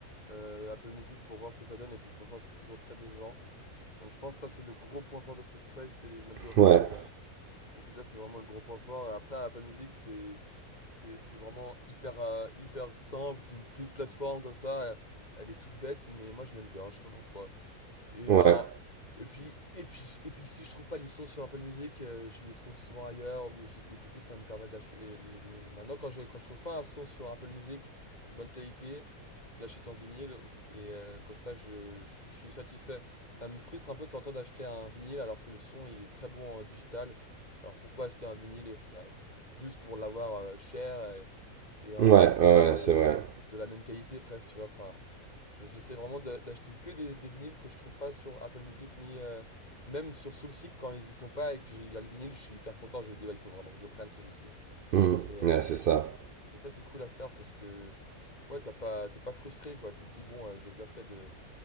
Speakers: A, on the left; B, on the right.
A: euh, Apple Music pour voir ce que ça donne. Et puis, franchement, c'était toujours très décevant. Donc, je pense que ça, c'est le gros point fort de Spotify. C'est les- l'algorithme
B: Ouais,
A: euh, et tout ça. C'est vraiment le gros point fort. Et après, Apple Music, c'est, c'est, c'est vraiment hyper, euh, hyper simple. C'est une petite plateforme comme ça. euh, Elle est toute bête, mais moi, je l'aime bien. Je sais pas pourquoi. Et,
B: ouais,
A: euh, et puis, et puis, et puis si je trouve pas les sources sur Apple Music, euh, je les trouve souvent ailleurs, ou, je- ou du coup ça me permet d'acheter les, les vinyles. Maintenant, quand je, quand je trouve pas un son sur Apple Music de bonne qualité, je l'achète en vinyle, et euh, comme ça je, je- je suis satisfait. Ça me frustre un peu de tenter d'acheter un vinyle alors que le son il est très bon en digital. Alors pourquoi acheter un vinyle et f- euh, f- juste pour l'avoir euh, cher et, et en
B: ouais,
A: plus l'avoir
B: ouais,
A: euh,
B: c'est vrai.
A: de la même qualité presque, tu vois. Enfin, je- J'essaie vraiment d'a- d'acheter que des, des vinyles que je trouve pas sur Apple Music ni euh, même sur Soulseek quand ils y sont pas et que j'ai- il y a le vinyle, je suis hyper content. Je me dis ouais, il faut vraiment que je le prenne celui-ci.
B: Hmm,
A: Et, euh,
B: Ouais, c'est ça.
A: et ça c'est cool à faire parce que ouais t'as pas t'es pas frustré quoi. Tu te dis bon euh, j'ai bien fait de